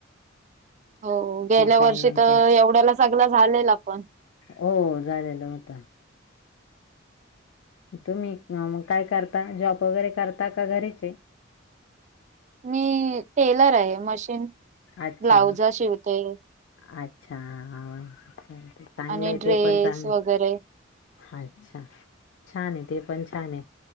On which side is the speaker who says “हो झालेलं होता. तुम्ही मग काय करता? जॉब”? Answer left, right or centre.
Left